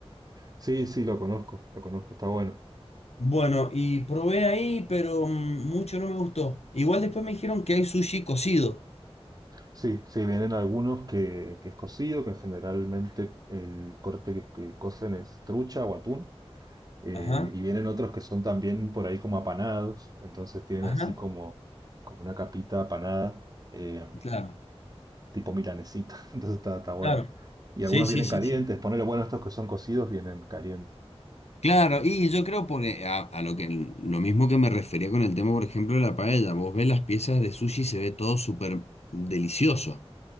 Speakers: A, on the right; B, on the left.
A: Sí, sí, lo conozco, lo conozco, está bueno.
B: Bueno, y probé ahí, pero mm, mucho no me gustó. Igual después me dijeron que hay sushi cocido.
A: Sí, sí, vienen algunos que, que es cocido, que generalmente el corte que, que cocen es trucha o atún, eh,
B: Ajá,
A: y vienen otros que son también por ahí como apanados, entonces tienen
B: ajá,
A: así como, como una capita apanada, eh,
B: claro,
A: tipo milanesita, <laughs> entonces está, está bueno.
B: claro.
A: Y
B: Sí,
A: algunos vienen
B: sí, sí,
A: calientes,
B: sí.
A: ponele bueno, estos que son cocidos vienen calientes.
B: Claro, y yo creo porque a, a lo que lo mismo que me refería con el tema, por ejemplo, de la paella, vos ves las piezas de sushi y se ve todo súper delicioso.